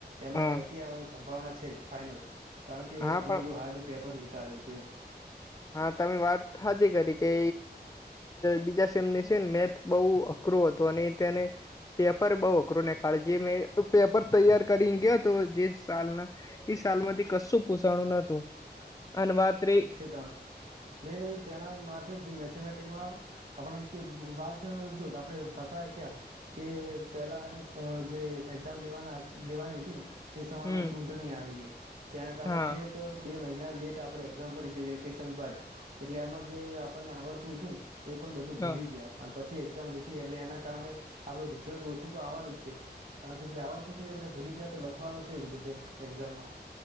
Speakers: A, on the right; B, on the left.
A: એમાં
B: હા
A: એટી સંભાવના છે જ ફાઇનલ, કારણકે
B: હા
A: એ ઘણું
B: પણ
A: બધું હાર્ડ પેપર નીકાળ્યું હતું, એમ.
B: હા તમે વાત હાચી કરી કે બીજા સેમને છે ને મેથ બહુ અખરુ હતો અને તેને પેપર બહુ અઘરું ને કાલ જે મેં પેપર તૈયાર કરીને ગયો તો જે સાલના એ સાલમાંથી કશું પોષણું નતું અને વાત રેહી
A: <unintelligible> ને તેના માટે મેથેમેટિકમાં આપણે કેવુ વાત જો આપણે ફસાઈ ગયા. કે પહેલાને ત્યાં જે એ એક્ઝામ લેવા લેવાની હિતી. તે સમયમાં
B: હમ
A: ચૂંટણી આવી ગઈ તેના કારણે
B: હા
A: છે તો આપડો બે મહિના લેટ આપણે એક્ઝામ પડી છે વેકેશન બાદ. એટલે એમાં જે આપણને આવડતું હું તું ને એ પણ બધું ભૂલી
B: અ
A: ગયા. અને પછી એક્ઝામ લીધી એટલે એના કારણે આપડું રિઝલ્ટ ઓછું તો આવવાનો જ છે. કારણ કે જે આવડતું હતું એ આપણે ભૂલી ગયા તો લખવાનું કઈ રીતે એક્ઝામમાં.